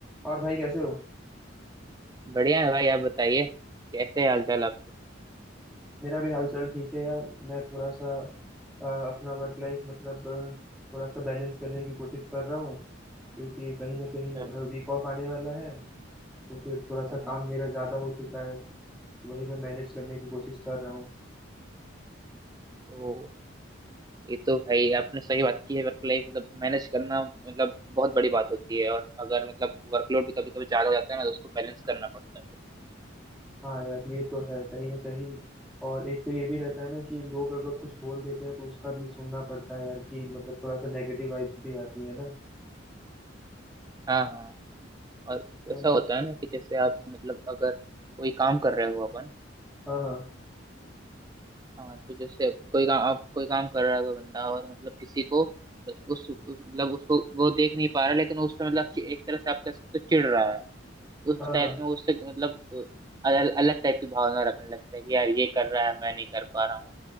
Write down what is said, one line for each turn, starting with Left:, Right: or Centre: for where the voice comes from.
Centre: और भाई कैसे हो
Right: बढ़िया है भाई आप बताइए कैसे हाल चाल आपके
Centre: मेरा भी हाल चाल ठीक है यार मैं थोड़ा सा अ, अपना वर्क लाइफ मतलब अ, थोड़ा सा बैलेंस करने की कोशिश कर रहा हूँ क्योंकि कहीं ना कहीं
Right: अच्छा,
Centre: वीक ऑफ आने वाला है तो फिर थोड़ा सा
Right: हाँ
Centre: काम मेरा ज़्यादा हो चुका है तो वही मैं मैनेज करने की कोशिश कर रहा हूँ
Right: ओ ये तो भाई आपने सही बात की है वर्क लाइफ मतलब मैनेज करना मतलब बहुत बड़ी बात होती है और अगर मतलब वर्कलोड भी कभी कभी ज्यादा हो जाता है ना तो उसको बैलेंस करना पड़ता है
Centre: हाँ यार ये तो है कहीं ना कहीं और एक तो ये भी रहता है ना कि लोग अगर कुछ बोल देते हैं तो उसका भी सुनना पड़ता है यार कि मतलब थोड़ा सा नेगेटिव वाइब्स भी आती है ना
Right: हाँ हाँ और
Centre: चलो
Right: ऐसा होता है ना कि जैसे आप मतलब अगर कोई काम कर रहे हो अपन
Centre: हाँ हाँ
Right: हाँ तो जैसे कोई काम आप कोई काम कर रहा है कोई बंदा और मतलब किसी को उस उस- मतलब उसको वो देख नहीं पा रहा लेकिन उस पे मतलब एक तरह से आप कह सकते हो चिढ़ रहा है उस
Centre: हाँ
Right: टाइप
Centre: हाँ
Right: में उससे मतलब अलग अलग टाइप की भावना रखने लगता है कि यार ये कर रहा है मैं नहीं कर पा रहा हूँ